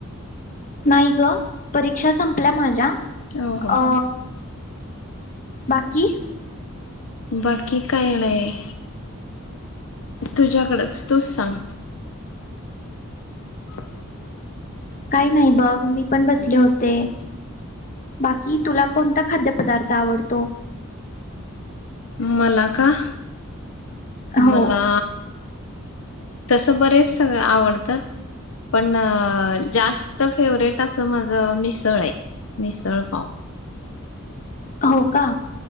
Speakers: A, on the left; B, on the left.
A: नाही ग परीक्षा संपल्या माझ्या
B: हो
A: अ
B: हो
A: बाकी की.
B: बाकी काय नाही तुझ्याकडेच तूच सांग <unintelligible>
A: काही नाही बघ मी पण बस होते बाकी तुला कोणता खाद्य प पदार्थ आवडतो‌.
B: मला का?
A: हो
B: मला तस बरेच सगळं आवडत पण जास्त फेवरेट असं माझ मिसळ आहे मिसळ पाव
A: हो का?